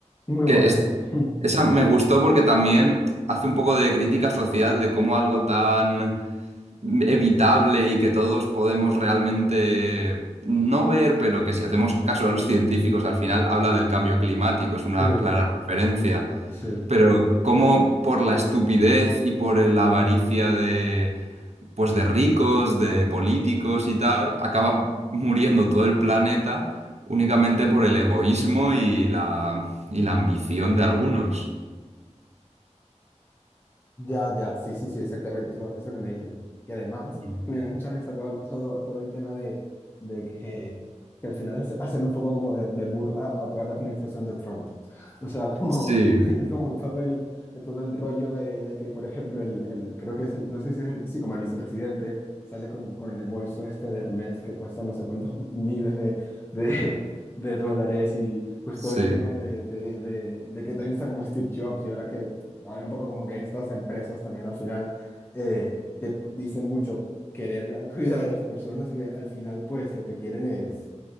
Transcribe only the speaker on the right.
Que
es-
esa me gustó porque también hace un poco de crítica social de cómo algo tan evitable y que todos podemos realmente no ver, pero que si hacemos caso a los <laughs> científicos al final habla del cambio climático, es una
clara referencia.
Pero como por la estupidez y por la avaricia de, pues de ricos, de políticos y tal, acaba muriendo todo el planeta únicamente por el egoísmo y la, y la ambición de algunos.
Mm.
Sí,
sí,